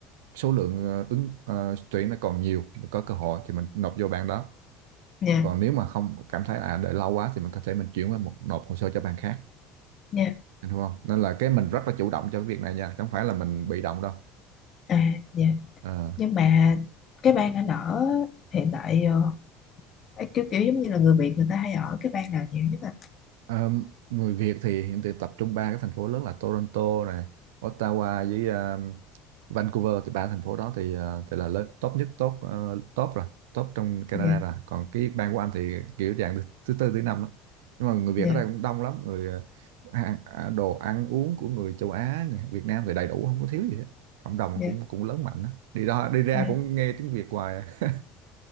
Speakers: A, on the right (about 65°); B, on the left (about 40°).
A: số lượng ờ, ứng ờ, tuyển nó còn nhiều mình có cơ hội thì mình nộp vô bang đó
B: dạ
A: còn nếu mà không cảm thấy à đợi lâu quá thì mình có thể mình chuyển qua một nộp hồ sơ cho bang khác
B: dạ
A: anh hiểu không nên là cái mình rất là chủ động cho cái việc này nha chứ không phải là mình bị động đâu
B: à dạ
A: Ờ.
B: nhưng mà cái bang anh ở hiện tại ờ, ấy kiểu kiểu giống như là người Việt người ta hay ở cái bang nào nhiều nhất à
A: Ờ, người Việt thì hiện tại tập trung ba cái thành phố lớn là Toronto này, Ottawa với ờ, Vancouver thì ba thành phố đó thì ờ, thì là lớn top nhất top ờ, top rồi top trong Canada
B: dạ
A: rồi còn cái bang của Anh thì kiểu dạng thứ, thứ tư thứ năm á nhưng mà người Việt
B: dạ
A: ở đây cũng đông lắm người ờ, hàng- à, đồ ăn uống của người châu Á người Việt Nam thì đầy đủ không có thiếu gì hết cộng đồng
B: dạ
A: cũng cũng lớn mạnh á đi đó đi ra
B: dạ
A: cũng nghe tiếng Việt hoài à.